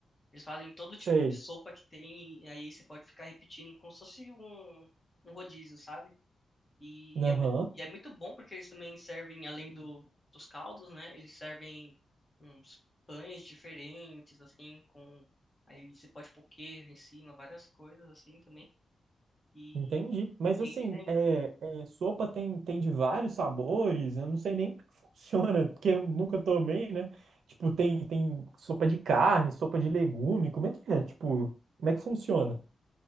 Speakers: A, on the left; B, on the right.
A: eles fazem todo tipo
B: sei.
A: de sopa que tem e aí você pode ficar repetindo como se fosse um, um rodízio, sabe? E
B: Aham.
A: é muito, e é muito bom porque eles também servem, além do, dos caldos, né? Eles servem uns pães diferentes, assim, com. Aí você pode pôr queijo em cima, várias coisas assim também. E,
B: Entendi. Mas
A: e
B: assim,
A: eles ainda.
B: é, é, sopa tem, tem de vários sabores, eu não sei nem como <laughs> que funciona, porque eu nunca tomei, né? Tipo, tem, tem sopa de carne, sopa de legume, como é que é? Tipo, como é que funciona?